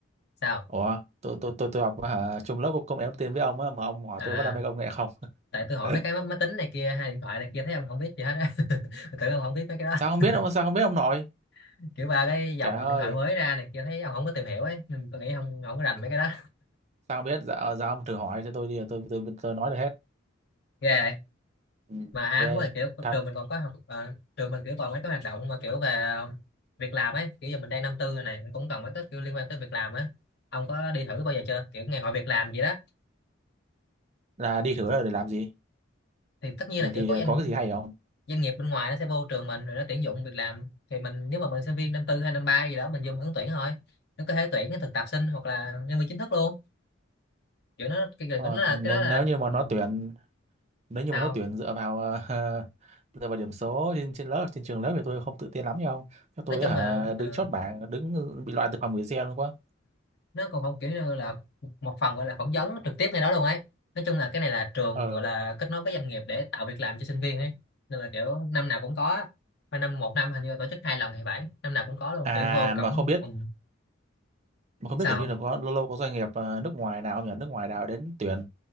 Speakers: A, on the left; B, on the right.
A: sao
B: Ủa, tôi tôi tôi tôi học hả, chung lớp công nghệ thông tin với ông á mà ông hỏi
A: à
B: tôi có đam mê công nghệ không?
A: tại tôi hỏi
B: <laughs>
A: mấy cái máy máy tính này kia hay điện thoại này kia thấy ông không biết gì hết á <laughs> tôi tưởng ông không biết mấy cái đó
B: Sao không biết ông sao không biết ông nội?
A: <laughs> kiểu ba cái dòng
B: Trời ơi,
A: điện thoại mới ra này kia thấy ông không có tìm hiểu ấy nên tôi nghĩ ông không có rành mấy cái đó
B: sao không biết? Dạ, ờ, dạ ông thử hỏi cho tôi đi tôi tôi tôi nói được hết.
A: ghê vậy
B: Ừ,
A: mà à,
B: Ghê
A: đúng rồi kiểu
B: thật
A: trường mình còn có học ờ, trường mình kiểu còn mấy cái hoạt động mà kiểu về ờ, việc làm ấy kiểu giờ mình đang năm tư rồi này mình cũng cần mấy cái kiểu liên quan tới việc làm á ông có đi thử bao giờ chưa kiểu ngày hội việc làm gì đó
B: là đi thử là để làm gì?
A: thì tất nhiên
B: Thì
A: là kiểu
B: thì
A: có doanh
B: có cái gì hay không?
A: doanh nghiệp bên ngoài nó sẽ vô trường mình rồi nó tuyển dụng việc làm thì mình nếu mà mình sinh viên năm tư hay năm ba gì đó mình vô mình ứng tuyển thôi nó có thể tuyển cái thực tập sinh hoặc là nhân viên chính thức luôn kiểu nó cái cái-
B: Ờ,
A: nó là
B: nên
A: cái đó là
B: nếu như mà
A: ừ,
B: nó tuyển nếu
A: sao
B: như mà nó tuyển dựa vào ờ, <laughs> dựa vào điểm số trên trên lớp trên trường lớp thì tôi không tự tin lắm nhau. Cho tôi
A: nói chung
B: hả
A: là ờ,
B: đứng chốt bảng đứng bị loại từ phòng gửi xe luôn quá.
A: nó còn không kiểu như là một phần gọi là phỏng vấn trực tiếp ngay đó luôn ấy nói chung là cái này là trường
B: Ờ.
A: gọi là kết nối với doanh nghiệp để tạo việc làm cho sinh viên ấy nên là kiểu năm nào cũng có và năm một năm hình như là tổ chức hai lần thì phải năm nào cũng có luôn
B: À
A: kiểu vô
B: mà
A: cổng
B: không biết
A: ừ.
B: mà không
A: sao
B: biết kiểu như là có lâu lâu có doanh nghiệp à, nước ngoài nào không nhỉ nước ngoài nào đến tuyển